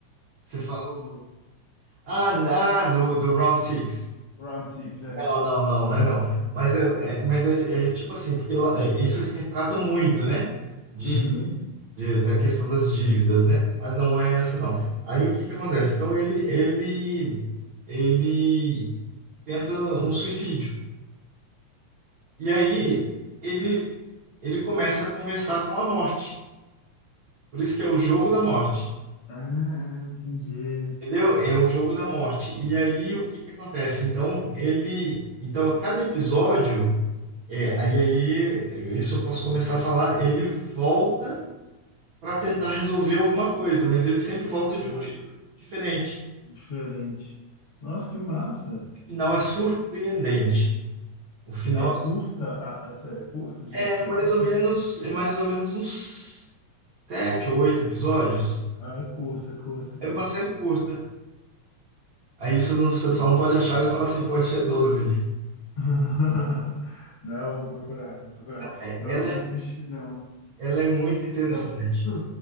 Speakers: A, on the right; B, on the left.
A: você
B: Do
A: fala,
B: jogo.
A: ah, ah, do, do Round six
B: Round Six, é.
A: Não, não, não, não é não. Mas é, é- mas é, é tipo assim, porque lá- é, isso retrata muito, né? De,
B: Uhum.
A: de- da questão das dívidas, né? Mas não é essa, não. Aí o que que acontece? Então ele, ele, ele tenta um suicídio. E aí
B: Uhum.
A: ele, ele começa a conversar com a morte. Por isso que é o jogo da morte.
B: Ah, entendi.
A: Entendeu? É o jogo da morte. E aí o que que acontece? Então ele, então cada episódio É, aí, aí, isso eu posso começar a falar. Ele volta para tentar resolver alguma coisa, mas ele sempre volta
B: Ah,
A: de um jeito diferente.
B: diferente. Nossa, que massa.
A: O final é surpreendente. O final
B: É curta a, a série? É curta? Você já
A: é
B: assistiu
A: mais
B: toda?
A: ou menos, é mais ou menos uns sete ou oito episódios.
B: Ah, é curta, curta, curta.
A: É uma série curta. Aí isso não- você só não pode achar ela e falar assim, poxa, é doze
B: <laughs> Não, vou procurar, vou procurar.
A: É,
B: Não,
A: ela,
B: nunca
A: é-
B: assisti, não.
A: ela é muito interessante.
B: <laughs>